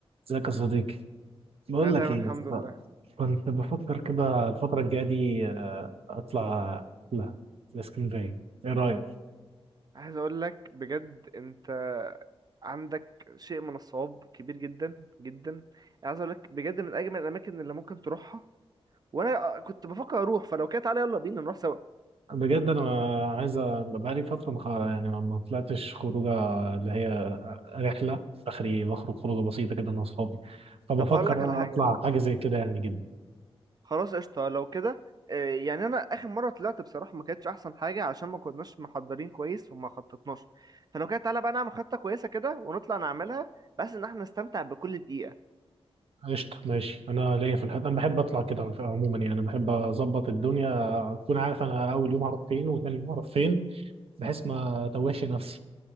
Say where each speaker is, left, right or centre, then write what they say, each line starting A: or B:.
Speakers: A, on the right (about 70°); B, on the right (about 40°).
A: ازيك يا صديقي بقول
B: انا تمام
A: لك ايه
B: الحمد
A: يا اسطى
B: لله
A: كنت بفكر كده الفترة الجاية دي آه، اطلع لا الاسكندرية ايه رأيك
B: عايز اقول لك بجد انت عندك شيء من الصواب كبير جدا جدا عايز اقول لك بجد من اجمل الاماكن اللي ممكن تروحها وانا كنت بفكر اروح فلو كده تعالى يلا بينا نروح سوا
A: بجد انا عايز أ- بقالي فترة مخ... يعني ما ما طلعتش خروجة اللي هي رحلة اخري بخرج خروجة بسيطة كده انا واصحابي فبفكر
B: طب هقول لك على
A: انا
B: حاجه
A: اطلع حاجة زي كده يعني جدا
B: خلاص قشطه لو كده آه، يعني انا اخر مره طلعت بصراحه ما كانتش احسن حاجه عشان ما كناش محضرين كويس وما خططناش فلو كده تعالى بقى نعمل خطه كويسه كده ونطلع نعملها بس ان احنا نستمتع بكل دقيقه
A: قشطة ماشي انا ليا في الحاجات انا بحب اطلع كده على فكرة عموما يعني انا بحب اظبط الدنيا اكون عارف انا اول يوم هروح فين وثاني يوم هروح فين بحيث ما اتوهش نفسي